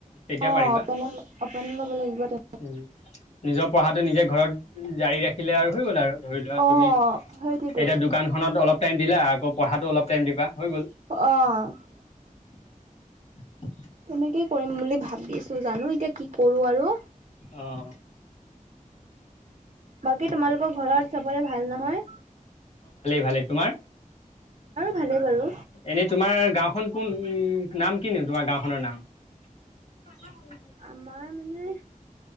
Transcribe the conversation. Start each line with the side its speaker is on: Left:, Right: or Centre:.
Left: তেতিয়া
Right: অ'
Left: পাৰিবা
Right: অপেনে-অপেন লব লাগিব তে
Left: উম, নিজৰ পঢ়াটো নিজে ঘৰত জাৰি ৰাখিলে আৰু হৈ গ'ল আৰু। ধৰি লোৱা
Right: অ',
Left: তুমি
Right: সেইটোৱেতো।
Left: এতিয়া দোকানখনত অলপ টাইম দিলা আকৌ পঢ়াতো অলপ টাইম দিবা। হৈ গ'ল
Right: অহ,
Left: <inaudible>
Right: তেনেকেই কৰিম বুলি ভাবিছো জানো এতিয়া কি কৰো আৰু।
Left: অহ
Right: বাকী তোমালোকৰ ঘৰত চবৰে ভাল নহয়
Left: ভালে তোমাৰ
Right: ভালে বাৰু
Left: এনেই তোমাৰ গাঁওখন কোন নাম কিনো তোমাৰ গাঁওখনৰ নাম অ <inaudible>
Right: আমাৰ মানে